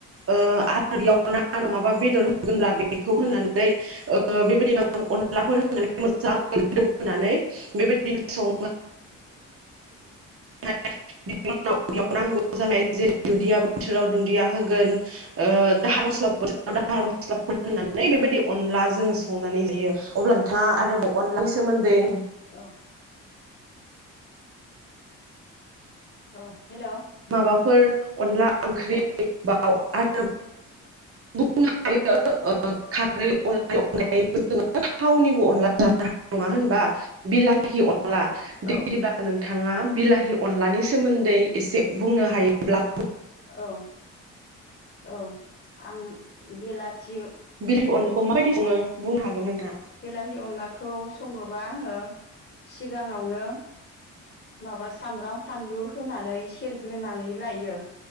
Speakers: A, on the right (about 50°); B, on the left (about 35°).
A: ओ आरो बेयाव ना नङाबा बेदर होगोनब्ला बेखौ होनानै, ओ बेबायदिनो अन अनलाफोर होनानै मोजांयै गोदौ होनानै बेबायदिनो सङो। <unintelligible> <unintelligible> बेयाव नांगौ जानाय जेर दुन्दिया बोथोराव दुन्दिया होगोन ओ दाहा मसला दाहार मस्लाफोर होनानै बेबायदि अनला जोङो संनानै जायो अब्ला नोंथाङा आरोबाव अनलानि सोमोन्दै
B: औ औ हेलौ नोंथां
A: माबाफोर अनला ओंख्रि दाव आरो ओम खारैनायनाय
B: औ
A: जोङो <unintelligible> थावनिबो अनला जानाय नङा होनबा बिलाहि अन
B: औ
A: दैबा नों <unintelligible> थाङा बिलाहि अनलानि सोमोन्दै एसे बुंनो हायोब्ला
B: औ औ आं बेला थियो <unintelligible>
A: बिलि अलाखौ माबायदि सङो बुंनो हागोन नोंथां
B: बिलाहि अनलाखौ सङोबा आङो सिगाङावनो माबा सामब्राम फानलु होनानै सेरग्रोनानै लायो